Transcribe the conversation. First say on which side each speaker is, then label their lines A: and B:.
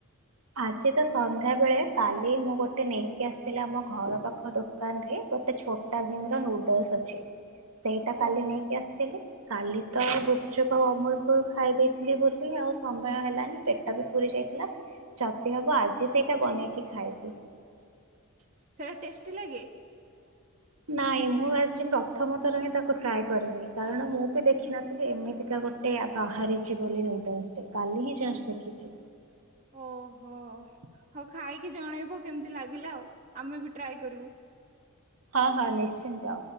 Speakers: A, on the right (about 70°); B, on the right (about 35°).
A: <unintelligible> <unintelligible> ବେଳେ କାଲି ମୁଁ ଗୋଟେ ଗୋଟେ ନେଇକି ଆସିଥିଲା ଆମ ଘର ପାଖ ଦୋକାନରେ ଗୋଟେ ଛୋଟା ଭିମର ନୁଡଲସ ଅଛି। ସେଇଟା କାଲି
B: ଓ
A: ନେଇକି ଆସିଥିଲି। କାଲି ତ ଗୁପଚୁପ ଆଉ ଅମୁଲ ଖାଇ ଦେଇଥିଲି ବୋଲି ଆଉ ସମୟ ହେଲାନି ପେଟ ବି ପୁରି ଯାଇଥିଲା। ଯଦି ହବ ଆଜି ସେଇଟା ବନେଇକି ଖାଇବି।
B: ସେଟା ଟେଷ୍ଟି ଲାଗେ?
A: ନାଇଁ ମୁଁ ଆଜି ପ୍ରଥମ ଥର ହିଁ ତାକୁ ଟ୍ରାଏ କରିବି କାରଣ ମୁଁ ବି ଦେଖିନଥିଲି ଏମିତିକା ଗୋଟେ ବାହାରିଛି ବୋଲି ନୁଡଲସ କାଲି ହିଁଜଷ୍ଟ ଦେଖିଛି।
B: ଓହୋ, ହଉ ଖାଇକି ଜଣେଇବୁ କେମିତି ଲାଗିଲା ଆଉ ଆମେ ବି ଟ୍ରାଏ କରିବୁ।
A: ହଁ ହଁ ନିଶ୍ଚିନ୍ତ